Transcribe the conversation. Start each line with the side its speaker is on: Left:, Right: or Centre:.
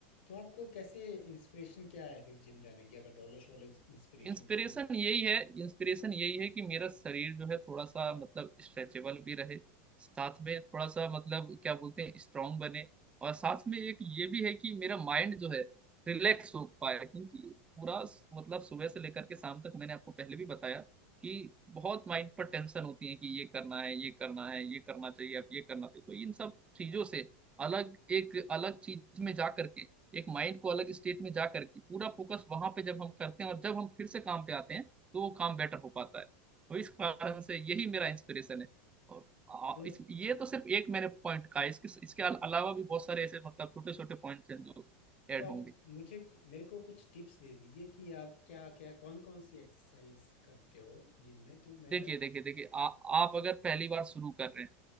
Left: तो आपको कैसे इंस्पिरेशन क्या है फिर जिम जाने की अगर डोले शोले इंस्पिरेशन
Right: इंस्पिरेशन
Left: है तो
Right: यही है इंस्पिरेशन यही है कि मेरा शरीर जो है थोड़ा सा मतलब स्ट्रेचेबल भी रहे साथ में थोड़ा सा मतलब क्या बोलते हैं स्ट्रांग बने और साथ में एक ये भी है कि मेरा माइंड जो है रिलैक्स हो पाए क्योंकि पूरा मतलब सुबह से लेकर के शाम तक मैंने आपको पहले भी बताया कि बहुत माइंड पर टेंशन होती है कि ये करना है ये करना है ये करना चाहिए अब ये करना चाहिए तो इन सब चीजों से अलग एक अलग चीज में जा करके एक माइंड को अलग स्टेट में जा करके पूरा फोकस वहां पे जब हम करते हैं और जब हम फिर से काम पे आते हैं तो वो काम बेटर हो पाता है तो इस कारण से यही मेरा इंस्पिरेशन है और आ,
Left: तो
Right: इस ये तो सिर्फ एक मैंने पॉइंट कहा इसके इसके अल- अलावा भी बहुत सारे ऐसे मतलब छोटे छोटे पॉइंट्स हैं जो ऐड
Left: तो आप
Right: होंगे
Left: मुझे मेरे को कुछ टिप्स दे दीजिए कि आप क्या क्या कौन कौन सी एक्सरसाइज करते हो जिम में तो मैं
Right: देखिए देखिए देखिए आ- आप अगर पहली बार शुरू कर रहे हैं